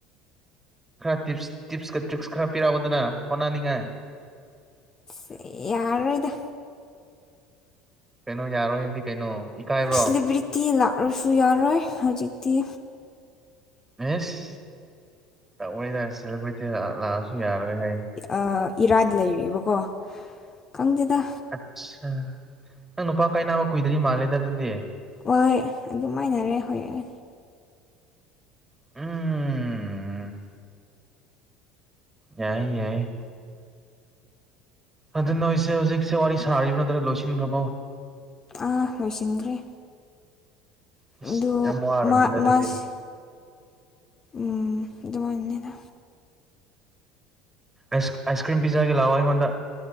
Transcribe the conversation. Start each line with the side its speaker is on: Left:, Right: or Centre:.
Right: ꯈꯔ ꯇꯤꯞꯁ ꯇꯤꯞꯁꯀ ꯇ꯭ꯔꯤꯛꯁ ꯈꯔ ꯄꯤꯔꯛꯑꯣꯗꯅꯥ ꯍꯣꯠꯅꯅꯤꯉꯥꯏ
Left: ꯁꯦ ꯌꯥꯔꯔꯣꯏꯗꯥ
Right: ꯀꯩꯅꯣ ꯌꯥꯔꯔꯣꯏ ꯍꯥꯏꯕꯗꯤ ꯀꯩꯅꯣ? ꯏꯀꯥꯏꯕ꯭ꯔꯣ
Left: ꯁ꯭ꯂꯤꯕ꯭ꯔꯤꯇꯤ ꯂꯥꯛꯔꯁꯨ ꯌꯥꯔꯣꯏ ꯍꯧꯖꯤꯛꯇꯤ
Right: ꯑꯦꯁ ꯇꯧꯌꯦꯗꯥ ꯁꯦꯂꯦꯕ꯭ꯔꯤꯇꯤ ꯂꯥꯛ ꯂꯥꯛꯑꯁꯨ ꯌꯥꯔꯣꯏ ꯍꯥꯏꯌꯦ
Left: ꯑꯥ ꯏꯔꯠꯗ ꯂꯩꯔꯤꯌꯦꯕꯀꯣ ꯈꯪꯗꯦꯗꯥ
Right: ꯑꯠꯆꯁꯥ ꯅꯪ ꯅꯨꯄꯥ ꯀꯥꯏꯅꯕ ꯀꯨꯏꯗ꯭ꯔꯤ ꯃꯥꯜꯂꯦꯗ ꯑꯗꯨꯗꯤ?
Left: ꯋꯣꯍꯣꯏ ꯑꯗꯨꯃꯥꯏꯅꯔꯦ ꯍꯣꯏꯑꯦ
Right: ꯎꯝ ꯌꯥꯏ ꯌꯥꯏ ꯑꯗꯨ ꯅꯣꯏꯁꯨ ꯍꯧꯖꯤꯛꯁꯨ ꯋꯥꯔꯤ ꯁꯥꯔꯤꯕ ꯅꯠꯇ꯭ꯔꯒ ꯂꯣꯏꯁꯤꯟꯒ꯭ꯔꯕꯣ?
Left: ꯑꯥ ꯂꯣꯏꯁꯤꯟꯈ꯭ꯔꯦ
Right: ꯑꯁ
Left: ꯑꯗꯨ
Right: ꯌꯥꯝ ꯋꯥꯔꯕꯅꯤꯗ
Left: ꯃꯥ
Right: ꯑꯗꯨꯗꯤ
Left: ꯃꯥꯁ ꯎꯝ ꯑꯗꯨꯃꯥꯏꯅꯅꯦꯗ
Right: ꯑꯥꯏꯁ ꯑꯥꯏꯁ ꯀ꯭ꯔꯤꯝ ꯄꯤꯖꯒꯦ ꯂꯥꯑꯣ ꯑꯩꯉꯣꯟꯗ